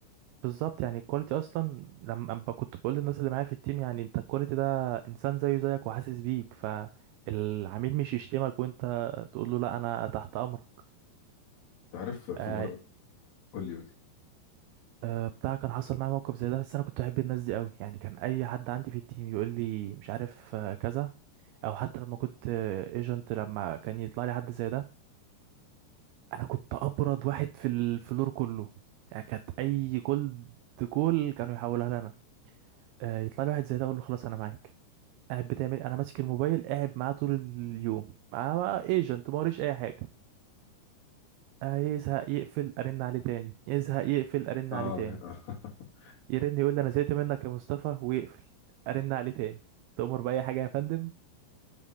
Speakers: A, on the right; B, on the left.
A: بالظبط يعني الكواليتي اصلا لما أما كنت بقول للناس اللي معايا في التيم يعني انت الكواليتي ده انسان زيه زيك وحاسس بيك فالعميل مش يشتمك وانت تقول له لا انا تحت امرك
B: تعرف في
A: آه
B: مره قول لي قول لي
A: آه بتاع كان حصل معايا موقف زي ده بس انا كنت بحب الناس دي قوي يعني كان اي حد عندي في التيم يقول لي مش عارف آه كذا او حتى لما كنت ايجنت لما كان يطلع لي حد زي ده انا كنت ابرد واحد في الفلور كله يعني كانت اي كولد كول كانوا يحولها لنا آه يطلع لي واحد زي ده اقول له خلاص انا معاك قاعد بتعمل انا ماسك الموبايل قاعد معاه طول اليوم معاه ايجنت ما وريش اي حاجه آه يزهق يقفل ارن عليه تاني يزهق يقفل ارن
B: اه
A: عليه تاني
B: <laughs>
A: يرن يقول لي انا زهقت منك يا مصطفى ويقفل ارن عليه تاني تؤمر باي حاجه يا فندم